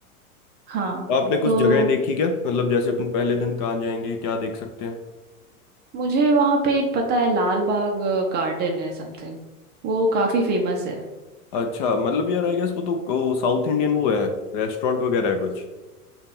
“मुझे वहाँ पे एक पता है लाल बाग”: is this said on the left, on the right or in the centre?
Right